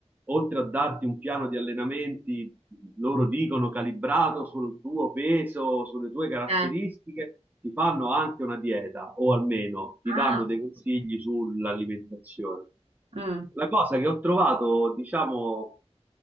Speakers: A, on the right; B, on the right.
A: oltre a darti un piano di allenamenti, loro dicono calibrato sul tuo peso, sulle tue caratteristiche,
B: eh.
A: ti fanno anche una dieta o almeno ti danno
B: Ah,
A: dei consigli sull'alimentazione.
B: mm,
A: La cosa che ho trovato, diciamo,